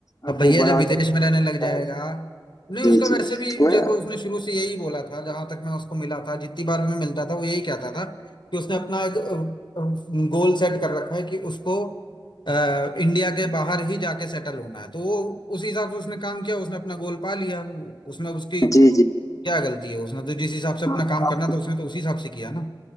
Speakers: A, on the left; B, on the left.
A: अब
B: अब
A: भैया
B: वो बड़ा
A: जब विदेश
B: आदमी भी
A: में रहने
B: मिलता
A: लग जाएगा
B: है
A: नहीं
B: जी
A: उसका वैसे
B: जी
A: भी
B: वह
A: देखो उसने शुरू से यही बोला था जहां तक मैं उसको मिला था जितनी बार भी मैं मिलता था वो यही कहता था कि उसने अपना एक गोल सेट कर रखा है कि उसको अ, इंडिया के बाहर ही जाके सेटल होना है तो वो उस हिसाब से उसने काम किया उसने अपना गोल पा लिया उसमें उसकी
B: जी जी
A: क्या गलती है उसने तो जिस हिसाब से अपना
B: हाँ
A: काम करना था उसने तो उसी हिसाब से किया ना